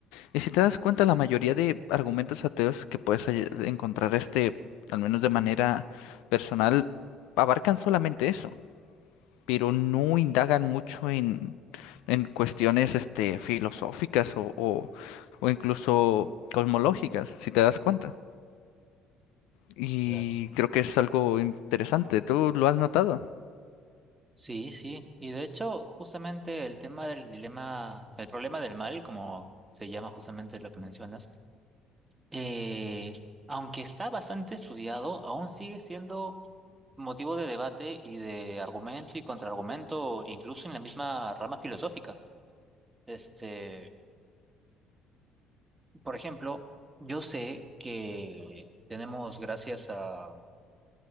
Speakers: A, on the left; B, on the right.
A: Y si te das cuenta, la mayoría de argumentos ateos que puedes hall- encontrar, este, al menos de manera personal, abarcan solamente eso, pero no indagan mucho en, en cuestiones, este, filosóficas o, o, o incluso cosmológicas, si te das cuenta. Y
B: Claro.
A: creo que es algo interesante, ¿tú lo has notado?
B: Sí, sí. Y de hecho, justamente el tema del dilema, el problema del mal, como se llama justamente lo que mencionas, eh, aunque está bastante estudiado, aún sigue siendo motivo de debate y de argumento y contraargumento, incluso en la misma rama filosófica. Este, por ejemplo, yo sé que tenemos, gracias a